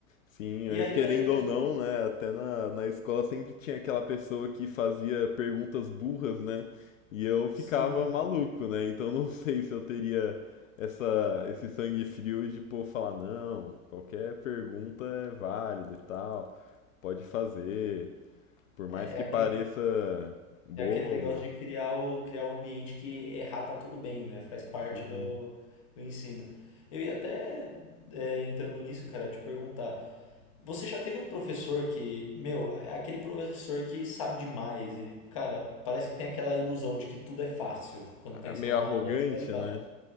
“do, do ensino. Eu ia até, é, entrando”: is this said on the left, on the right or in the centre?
Left